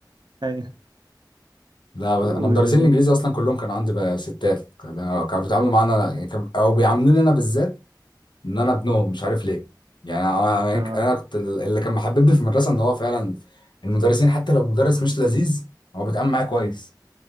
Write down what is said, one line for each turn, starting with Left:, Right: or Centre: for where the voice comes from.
Right: أيوة
Left: لا
Right: و...
Left: انا مدرسين الانجليزي اصلا كلهم كانوا عندي بقى ستات كانوا كانوا بيتعاملوا معانا يعني كان- او بيعاملوني انا بالذات ان انا ابنهم مش عارف ليه يعني انا أنا
Right: آه.
Left: كنت اللي كان محببني في المدرسه ان هو فعلا المدرسين حتى لو مدرس مش لذيذ هو بيتعامل معايا كويس